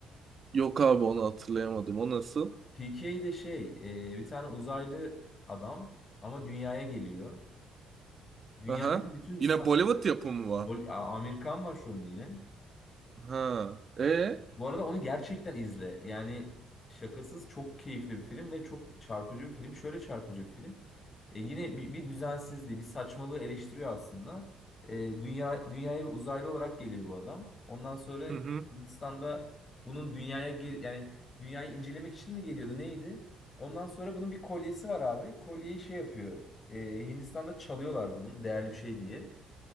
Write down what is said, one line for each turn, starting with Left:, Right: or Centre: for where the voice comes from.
Right: Yok abi onu hatırlayamadım. O nasıl?
Left: PK de şey e, bir tane uzaylı adam ama dünyaya geliyor. Dünyadaki
Right: Aha.
Left: bütün saçma
Right: Yine Bollywood yapımı var.
Left: Amerikan var şu anda yine.
Right: Ha. E?
Left: Bu arada onu gerçekten izle. Yani şakasız çok keyifli bir film ve çok çarpıcı bir film. Şöyle çarpıcı bir film. E, yine bir, bir düzensizliği, bir saçmalığı eleştiriyor aslında. E, dünya dünyaya bir uzaylı olarak geliyor bu adam. Ondan sonra
Right: Hı hı.
Left: Hindistan'da bunun dünyaya ge- yani dünyayı incelemek için mi geliyordu neydi? Ondan sonra bunun bir kolyesi var abi. Kolyeyi şey yapıyor. E, Hindistan'da çalıyorlar bunun değerli bir şey diye.